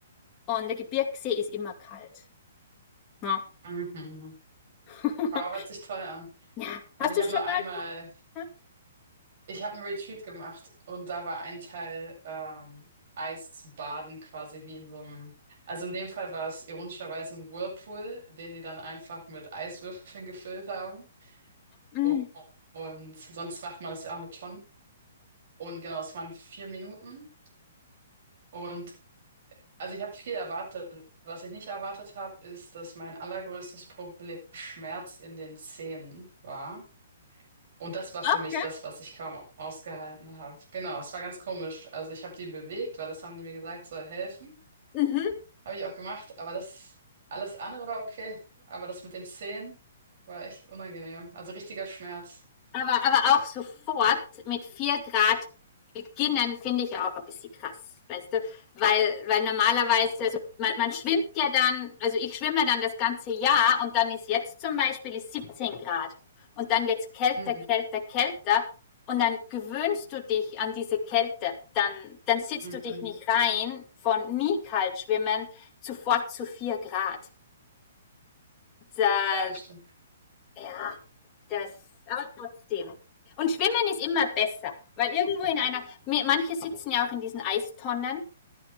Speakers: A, on the left (about 25°); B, on the right (about 55°).
A: Und der Gebirgsee ist immer kalt. Ja.
B: Mhm.
A: <laughs>
B: Wow, hört sich toll an.
A: ja.
B: Also
A: Hast
B: ich
A: du
B: habe
A: schon
B: nur einmal,
A: mal? geguckt? Ja.
B: ich habe einen Retreat gemacht und da war ein Teil ähm, Eisbaden quasi wie in so einem, also in dem Fall war es ironischerweise ein Whirlpool, den die dann einfach mit Eiswürfeln gefüllt haben.
A: Mhm.
B: Und, und sonst macht man das ja auch mit Tonnen. Und genau, es waren vier Minuten und Also ich habe viel erwartet. Was ich nicht erwartet habe, ist, dass mein allergrößtes Problem Schmerz in den Zähnen war. Und das war für
A: Okay.
B: mich das, was ich kaum ausgehalten habe. Genau, es war ganz komisch. Also ich habe die bewegt, weil das haben die mir gesagt, soll helfen.
A: Mhm.
B: Habe ich auch gemacht, aber das alles andere war okay. Aber das mit den Zähnen war echt unangenehm. Also richtiger Schmerz.
A: Aber, aber auch sofort mit vier Grad beginnen, finde ich auch ein bisschen krass, weißt du? Weil, weil normalerweise, also man, man schwimmt ja dann, also ich schwimme dann das ganze Jahr und dann ist jetzt zum Beispiel ist 17 Grad und dann wird's kälter,
B: Mhm,
A: kälter, kälter und dann gewöhnst du dich an diese Kälte. Dann, dann sitzt
B: mhm.
A: du dich nicht rein von nie kalt schwimmen sofort zu vier Grad. Da,
B: Ja, das stimmt.
A: ja, das, aber trotzdem. Und Schwimmen ist immer besser, weil irgendwo in einer, mi- manche sitzen ja auch in diesen Eistonnen